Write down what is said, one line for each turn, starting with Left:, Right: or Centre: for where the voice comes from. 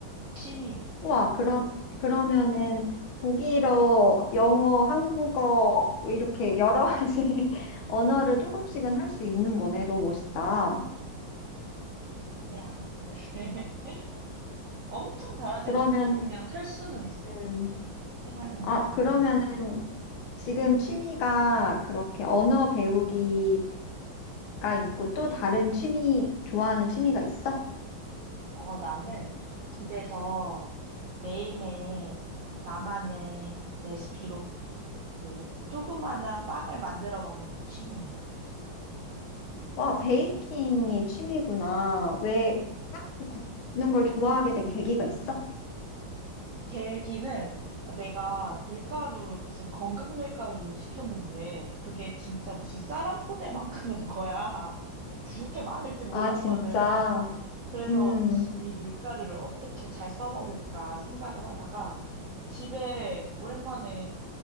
Right: 취미야.
Left: 와, 그럼, 그러면은 독일어, 영어, 한국어, 뭐 이렇게 여러 가지 <laughs> 언어를 조금씩은 할 수 있는 거네. 너무 멋있다.
Right: 아니야, 근데 <laughs> 엄청 잘하진
Left: 그러면,
Right: 않고 그냥 살 수는 있어.
Left: 음,
Right: 음, 생활 영어
Left: 아,
Right: 정도는.
Left: 그러면은 지금 취미가 그렇게 언어 배우기 가 있고 또 다른 취미, 좋아하는 취미가 있어?
Right: 어, 나는 집에서 매일매일 나만의 레시피로 그 조그만한 빵을 만들어 먹는 게 취미야.
Left: 와, 베이킹이 취미구나. 왜 빵을 굽는 걸 좋아하게 된 계기가 있어?
Right: 계기는 내가 밀가루를 무슨 건강 밀가루를 시켰는데 그게 진짜 무슨 쌀 한 포대만큼 온 거야. <laughs> 그렇게 많을지 몰랐거든.
Left: 아, 진짜.
Right: 그래서
Left: 음.
Right: 이 밀가루를 어떻게 잘 써먹을까 생각을 하다가 집에 오랜만에